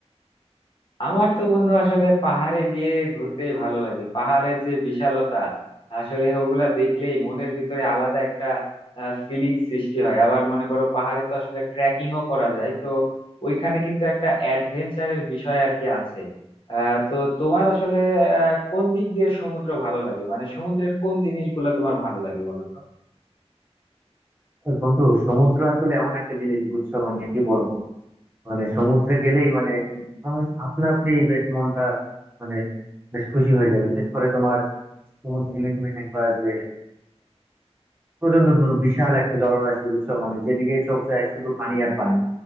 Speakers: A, on the left; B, on the right.
A: আমার তো বন্ধু আসলে পাহাড়ে গিয়ে ঘুরতেই ভালো লাগে পাহাড়ের যে বিশালতা আসলে ওগুলা দেখলেই মনের ভিতরে আলাদা একটা ফিলিং সৃষ্টি হয় আবার মনে করো পাহাড়ে তো আসলে ট্রেকিংও করা যায় তো ওইখানে কিন্তু একটা অ্যাডভেঞ্চারের বিষয় আর কি আছে আহ তো তোমার আসলে আহ কোন দিক দিয়ে সমুদ্র ভালো লাগে মানে সমুদ্রের কোন জিনিসগুলো তোমার ভালো লাগে বলো তো
B: আর বন্ধু সমুদ্র আসলে এমন একটা জিনিস বুঝছো মানে কি বলবো মানে সমুদ্রে গেলেই মানে আমার আপনা আপনি বেশ মনটা মানে বেশ খুশি হয়ে যায় বিশেষ করে তোমার সমুদ্রে গেলে তুমি দেখবা যে প্রচন্ড মানে বিশাল একটা জলরাশি বুঝছো মানে যেদিকে চোখ যায় শুধু পানি আর পানি